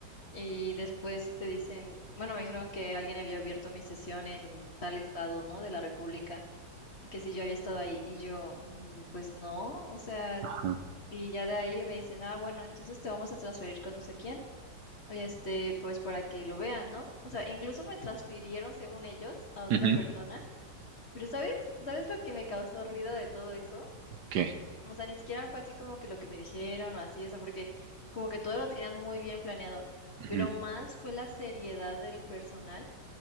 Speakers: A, on the left; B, on the right.
A: Y después te dicen, bueno, me dijeron que alguien había abierto mi sesión en tal estado, ¿no? De la República y que si yo había estado ahí y yo, "Mm, pues no, o sea,
B: Ajá.
A: y ya de ahí me dicen, ah, bueno, entonces te vamos a transferir con no sé quién este, pues para que lo vean, ¿no? O sea, incluso me transfirieron, según ellos, a otra
B: ujú,
A: persona. Pero ¿sabes? ¿Sabes lo que me causó ruido de todo eso?
B: ¿Qué?
A: O sea, ni siquiera fue así como que lo que me dijeron o así, o sea, porque como que todo lo tenían muy bien planeado.
B: Ujú,
A: Pero más fue la seriedad del personal.